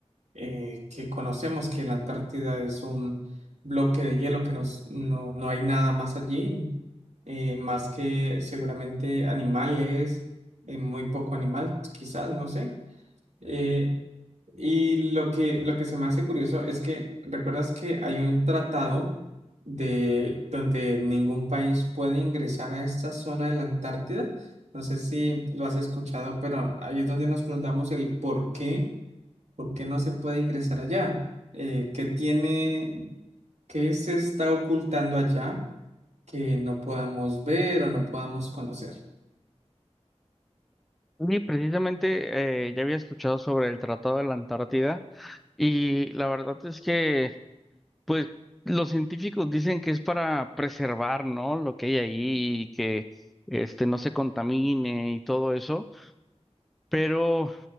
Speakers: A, on the right; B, in the centre.
A: eh, que conocemos que la Antártida es un bloque de hielo que nos- no, no hay nada más allí, eh, más que seguramente animales, eh, muy poco animal, quizás, no sé eh, y lo que, lo que se me hace curioso es que, ¿recuerdas que hay un tratado de donde ningún país puede ingresar a esta zona de la Antártida? No sé si lo has escuchado, pero ahí es donde nos preguntamos el por qué, por qué no se puede ingresar allá. Eh, ¿qué tiene, qué se está ocultando allá que no podamos ver o no podamos conocer?
B: Sí, precisamente eh, ya había escuchado sobre el Tratado de la Antártida y la verdad es que Pues los científicos dicen que es para preservar, ¿no? Lo que hay ahí y que este no se contamine y todo eso, pero